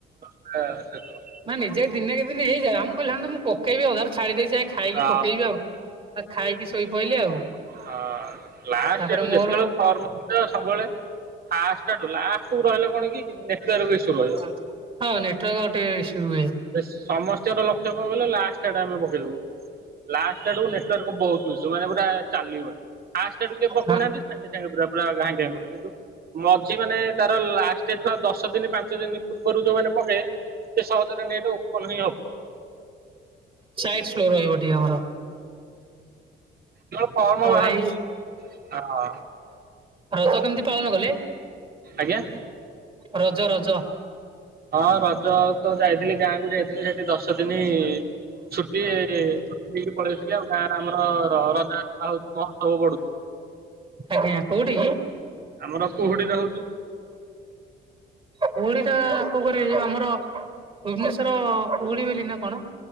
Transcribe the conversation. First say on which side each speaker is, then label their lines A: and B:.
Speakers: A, on the right; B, on the right.
A: <unintelligible>
B: ନା ନିଜେ ଦିନେ ଦିନେ ହେଇଯାଏ ମୁଁ କହିଲି ତ ମୁଁ ପକେଇବି ଅଧାରେ ଛାଡି ଦେଇ ଯାଏ ଖାଇକି
A: ଅ
B: ପକେଇବି ଆଉ। ଖାଇକି ଶୋଇପଡିଇଲି ଆଉ
A: ହଁ ଲାଷ୍ଟ
B: ତାପରେ
A: ଆଡୁ
B: ମୋର
A: ଯେତେବେଳେ ଫର୍ମ ସବୁବେଳେ ଫାଷ୍ଟ ଲାଷ୍ଟ କୁ ରହିଲେ କଣ କି ନେଟୱର୍କ ଇସୁ। ରହିବ।
B: ହଁ ନେଟୱାର୍କ ଟିକେ ଇସୁ ହୁଏ।
A: ସମସ୍ତଙ୍କର ଲକ୍ଷ୍ୟ କଣ କହିଲ ଲାଷ୍ଟ ଆଡେ ଆମେ ପକେଇବୁ। ଲାଷ୍ଟ ଆଡ଼କୁ ନେଟୱାର୍କ ବହୁତ ଇସୁ ମାନେ ପୁରା ଚାଲିବନି ଫାଷ୍ଟ କିଏ
B: ହଁ
A: ପକାଉନାହାନ୍ତି ସାଙ୍ଗେ ସାଙ୍ଗେ ପୁରା ପୁରା ଘାାଇଁ ଘାଇଁ ପଡିବ କିନ୍ତୁ ମଝି ମାନେ ତାର ଲାଷ୍ଟ ଟେ ତ ଦଶ ଦିନ ପାଞ୍ଚ ଦିନ ଉପରୁ ଯୋଉମାନେ ପକେ ସେ ସହଜରେ ନେଟ୍ ଓପନ ହିଁ ହଉନି।
B: ସାଇଟ ସ୍ଲୋ ରହିବ ଟିକେ ଆମର।
A: ହୁଁ ଫର୍ମ
B: ଆଉ
A: ବାହାର
B: ଭାଇ
A: ହଁ
B: ରଜ କେମିତି ପାଳନ କଲେ?
A: ଆଜ୍ଞା।
B: ରଜ ରଜ।
A: ହଁ ରଜ ତ ଯାଇଥିଲି ଗାଁକୁ ଯାଇଥିଲି ସେଠି ଦଶ ଦିନି ଛୁଟି ଛୁଟି ଦେଇକି ପଳେଇଥିଲି ଆଉ ଗାଁରେ ଆମର ରଜ ରା ହଉଛି ମହୋତ୍ସବ ପଡୁଛି।
B: ଆଜ୍ଞା କୋଉଠିକି?
A: ଆମର କୁହୁଡିରେ ହଉଚି।
B: କୁହୁଡି ଟା କୋଉ କରେ ଯୋଉ ଆମର ଭୁବନେଶ୍ଵର କୁହୁଡି ବୋଲି ନା କଣ